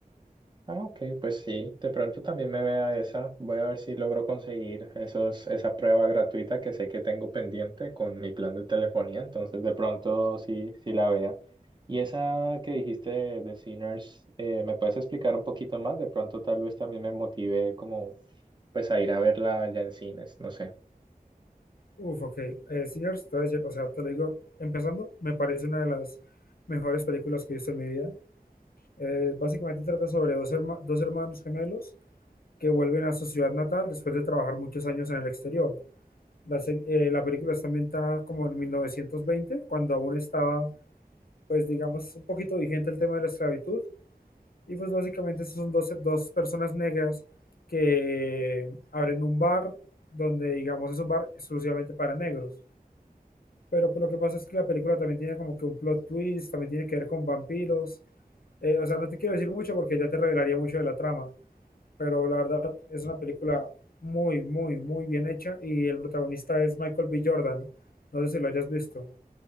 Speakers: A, on the right; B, on the left.
A: Ah, ok, pues sí, de pronto también me vea esa. Voy a ver si logro conseguir esos, esa prueba gratuita que sé que tengo pendiente con mi plan de telefonía, entonces de pronto sí, sí la vea. Y esa que dijiste de, de Sinners, eh, ¿me puedes explicar un poquito más? De pronto tal vez también me motive como pues a ir a verla ya en cines, no sé.
B: Uf, ok. Eh, señor, te voy a decir, o sea, te lo digo, empezando, me parece una de las mejores películas que he visto en mi vida. Eh, básicamente trata sobre dos, herma- dos hermanos gemelos que vuelven a su ciudad natal después de trabajar muchos años en el exterior. La, se- eh, la película está ambientada como en 1920, cuando aún estaba, pues digamos, un poquito vigente el tema de la esclavitud. Y pues básicamente esos son dos, dos personas negras que abren un bar donde, digamos, es un bar exclusivamente para negros Pero pues, lo que pasa es que la película también tiene como que un plot twist, también tiene que ver con vampiros. Eh, o sea, no te quiero decir mucho porque ya te revelaría mucho de la trama, pero la verdad es una película muy, muy, muy bien hecha y el protagonista es Michael B. Jordan. No sé si lo hayas visto.